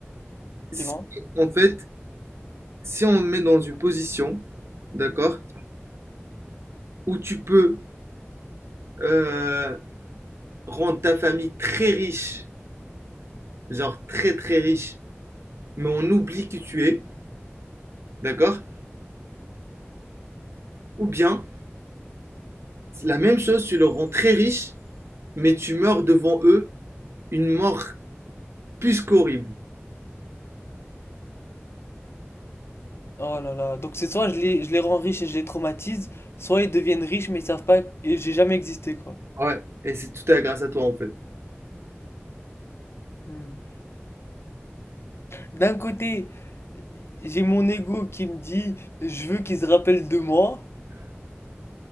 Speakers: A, on the right; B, on the left.
A: Si
B: tu vois?
A: en fait si on te met dans une position, d'accord, où tu peux euh, rendre ta famille très riche, genre très très riche, mais on oublie qui tu es, d'accord Ou bien, c'est la même chose, tu le rends très riche, mais tu meurs devant eux une mort plus qu'horrible.
B: Oh là là, donc c'est soit je les, je les rends riches et je les traumatise, soit ils deviennent riches mais ils savent pas que j'ai jamais existé, quoi.
A: Ah Ouais, et c'est tout à grâce à toi en fait.
B: Hmm. D'un côté, j'ai mon ego qui me dit je veux qu'ils se rappellent de moi,